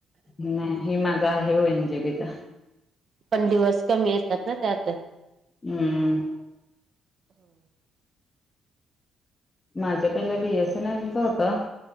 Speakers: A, on the left (about 30°); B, on the right (about 50°).
A: नाही हे माझ आहे वन जीबीचा
B: पण दिवस कमी येतात ना त्यात
A: हम्म
B: हो
A: माझ्या पहिला बीएसएन एच होत